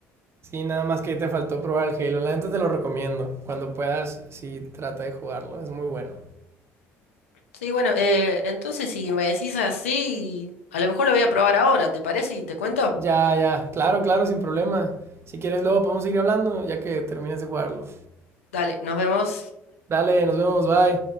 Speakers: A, on the right; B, on the left.
A: Sí, nada más que ahí te faltó probar el Halo. La gente te lo recomiendo. Cuando puedas, sí, trata de jugarlo. Es muy bueno.
B: Sí, bueno, eh, entonces si me decís así, a lo mejor lo voy a probar ahora, ¿te parece? Y te cuento.
A: Ya, ya. Claro, claro, sin problema. Si quieres, luego podemos seguir hablando ya que termines de jugarlo.
B: Dale, nos vemos.
A: Dale, nos vemos, bye.